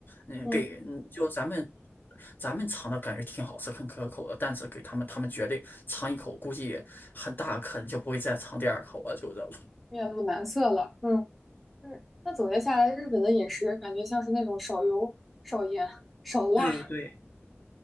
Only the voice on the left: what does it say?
嗯，
给嗯，就咱们咱们尝的感觉挺好吃、很可口的，但是给他们，他们绝对尝一口，估计很大可能就不会再尝第二口了，就这种。
对对，